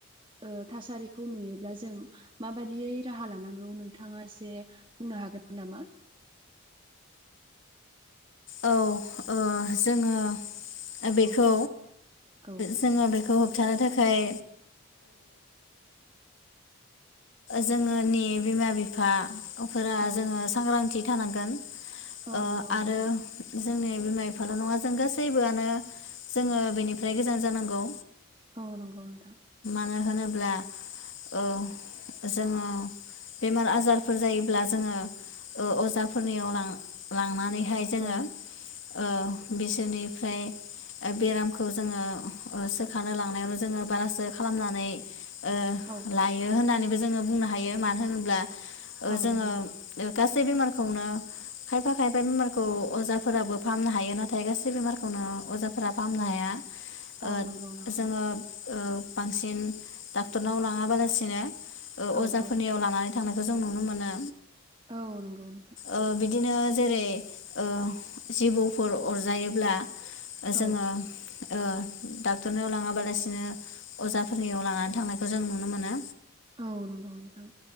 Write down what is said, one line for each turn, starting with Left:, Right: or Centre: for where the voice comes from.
Right: ओ थासारिखौ नुयोब्ला जों माबायदियै राहा लानांगौ नों थाङा एसे बुंनो हागोन नामा?
Left: औ ओ जोङो बेखौ
Right: औ औ
Left: जोङो बेखौ थानो थाखाय जोङोनि बिमा बिफा फोरा
Right: औ
Left: जोङो सांग्रांथि थानांगोन
Right: औ
Left: ओ
Right: नंगौ
Left: आरो
Right: नोंथां
Left: जोंनि बिमा बिफाल' नङा जों गासैबोआनो जोङो बेनिफ्राय गोजान जानांगौ।
Right: औ नंगौ नोंथां
Left: नो होनोब्ला ओ जोङो बेमार आजारफोर जायोब्ला जोङो ओ अजाफोरनियाव लां-लांनानै हाय जोङो
Right: औ
Left: ओ बिसोरनिफ्राय ओ बेरामखौ जोंङो ओसोखानो लांनायावनो जोंङो बारासो खालामनानै ओ
Right: औ
Left: लायो होननानैबो जोङो बुंनो हायो मानो होनोब्ला ओ
Right: औ
Left: जोंङो
Right: नंगौ
Left: ओ गासै बेमारखौनो खायफा खायफा बेमारखौ अजाफोराबो फाहामनो हायो नाथाय गासै बेमारखौनो अजा फोरा फाहामनो
Right: औ
Left: हाया
Right: औ
Left: ओ
Right: नंगौ नोंथां
Left: जोंङो ओ बांसिन डक्टरनाव लांङाबालासिनो ओ
Right: औ
Left: अजाफोरनियाव
Right: औ
Left: लानानै थांनायखौ जों नुनो मोनो
Right: औ नंगौ नोंथां।
Left: ओ बिदिनो जेरै ओ जिबौ फोर अरजायोब्ला ओ जोंङो
Right: औ
Left: ओ डाक्टर नियाव लांङा बालासिनो अजा फोरनियाव लानानै थांनायखौ जों नुनो मोनो।
Right: औ नंगौ नोथां।